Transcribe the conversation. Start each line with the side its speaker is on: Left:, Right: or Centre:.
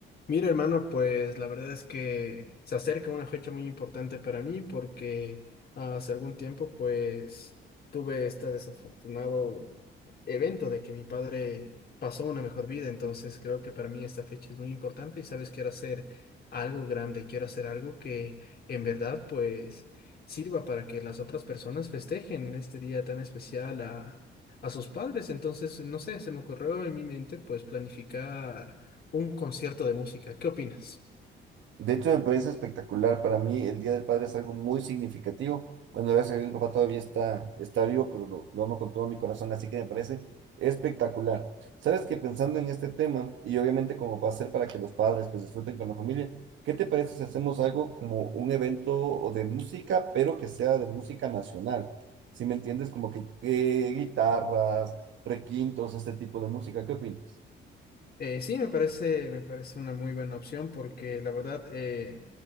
Left: Mira, hermano, pues la verdad es que se acerca una fecha muy importante para mí porque hace algún tiempo pues tuve este desafortunado evento de que mi padre pasó una mejor vida, entonces creo que para mí esta fecha es muy importante y sabes, quiero hacer algo grande, quiero hacer algo que en verdad pues sirva para que las otras personas festejen en este día tan especial a, a sus padres, entonces no sé, se me ocurrió en mi mente pues planificar un concierto de música, ¿qué opinas?
Right: De hecho, me parece espectacular. Para mí, el Día del Padre es algo muy significativo. Bueno, gracias a Dios, mi papá todavía está, está vivo, pero lo, lo amo con todo mi corazón, así que me parece espectacular. Sabes que pensando en este tema, y obviamente como para hacer para que los padres pues disfruten con la familia, ¿qué te parece si hacemos algo como un evento de música, pero que sea de música nacional? Si me entiendes, como que, que guitarras, requintos, este tipo de música, ¿qué opinas?
Left: Eh, sí, me parece, me parece una muy buena opción porque la verdad, eh,